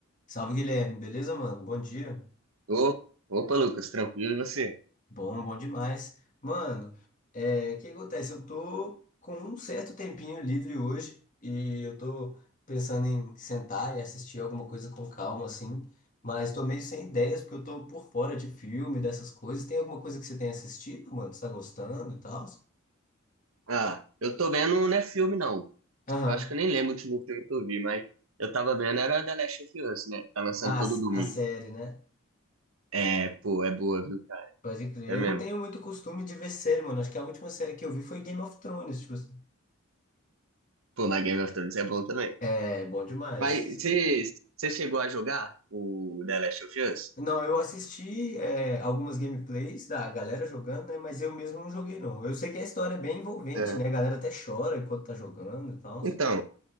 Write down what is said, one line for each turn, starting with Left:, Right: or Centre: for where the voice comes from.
Left: Salve Guilherme, beleza, mano? Bom dia.
Right: Ô, Opa, Lucas, tranquilo e você?
Left: Bom, bom demais. Mano, é, o que acontece? Eu tô com um certo tempinho livre hoje e eu tô pensando em sentar e assistir alguma coisa com calma, assim, mas tô meio sem ideias porque eu tô por fora de filme, dessas coisas. Tem alguma coisa que você tem assistido, mano? Você tá gostando e tal?
Right: Ah, eu tô vendo, não é filme não.
Left: Aham.
Right: Eu acho que eu nem lembro o último filme que eu vi, mas eu tava vendo era The Last of Us, né? Tá lançando
Left: A,
Right: todo domingo.
Left: a série, né?
Right: É, pô, é boa, viu, cara?
Left: Pode crer.
Right: É
Left: Eu
Right: mesmo.
Left: não tenho muito costume de ver série, mano. Acho que a última série que eu vi foi Game of Thrones, tipo assim.
Right: Pô, mas Game of Thrones é bom também.
Left: É, bom demais.
Right: Mas você você chegou a jogar o The Last of Us?
Left: Não, eu assisti é, algumas gameplays da galera jogando, né? Mas eu mesmo não joguei, não. Eu sei que a história é bem envolvente,
Right: É.
Left: né? A galera até chora enquanto tá jogando e tal.
Right: Então,